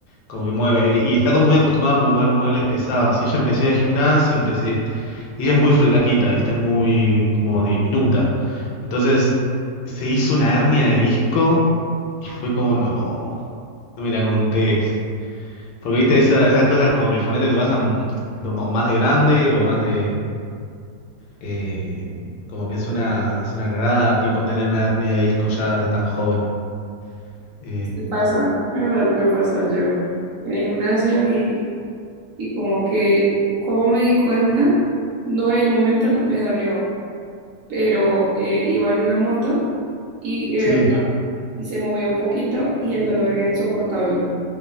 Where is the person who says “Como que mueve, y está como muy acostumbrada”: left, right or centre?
Left